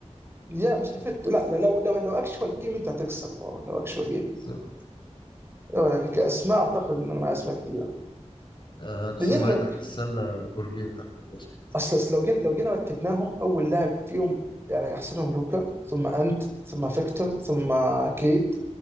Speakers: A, on the right; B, on the left.
A: لا مش هيفت لا لا لو لو لو اكشوال جيم انت هتكسب اه لو اكشوال جيم
B: طب،
A: اه يعني كاسماء اعتقد ان انا معايا اسماء كتيره
B: آه، قصة
A: لان احنا
B: معايا
A: لو
B: تحت
A: جينا
B: السلة برجين تحت الباسكت
A: اصل أصل لو جينا لو جينا رتبناهم اول لاعب فيهم يعني احسنهم لوكا ثم انت ثم فيكتور ثم كيد